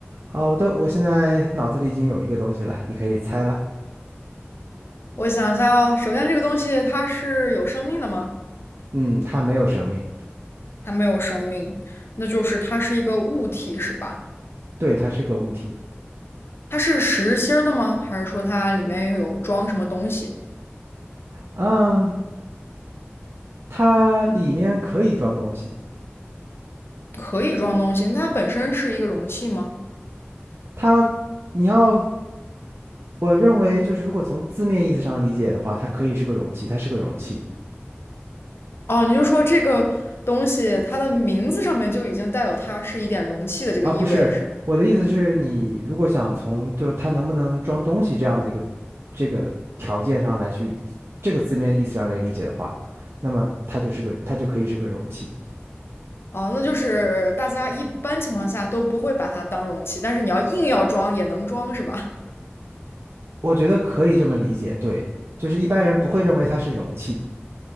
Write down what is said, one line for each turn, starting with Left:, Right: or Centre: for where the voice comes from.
Right: 好的，我现在脑子里已经有一个东西了，你可以猜了。
Left: 我想一下哦，首先这个东西它是有生命的吗？
Right: 嗯，它没有生命，
Left: 它没有生命，那就是它是一个物体，是吧？
Right: 对，它是个物体。
Left: 它是实心儿的吗？还是说它里面有装什么东西？
Right: 嗯，它里面可以装东西。
Left: 可以装东西，那它本身是一个容器吗？
Right: 它，你要，我认为就是如果从字面意思上理解的话，它可以是个容器，它是个容器
Left: 哦，你就说这个东西它的名字上面就已经带有它是一点容器的这个意味了，
Right: 啊，不是。
Left: 是吧？
Right: 我的意思是你如果想从就它能不能装东西这样的一个这个条件上来去这个字面意思上来理解的话，那么它就是个它就可以是个容器。
Left: 哦，那就是大家一般情况下都不会把它当容器，但是你要硬要装也能装，是吧？
Right: 我觉得可以这么理解，对，就是一般人不会认为它是容器，